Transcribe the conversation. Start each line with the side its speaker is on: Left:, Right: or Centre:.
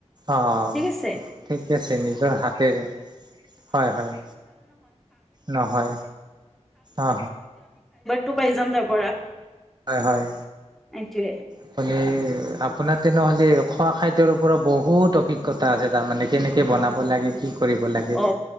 Right: অ
Centre: ঠিক আছে।
Right: ঠিকে আছে নিজৰ হাতেৰে হয় হয় নহয় অ হ,
Centre: টো পাইি যাম তাৰ পৰা
Right: হয় হয়
Centre: এইটোৱে
Right: আপুনি আপোনাৰ তেনেহ'লে খোৱা খাদ্যৰ ওপৰত বহুত অভিজ্ঞতা আছে তাৰমানে কেনেকৈ বনাব লাগে কি কৰিব লাগে,
Centre: অ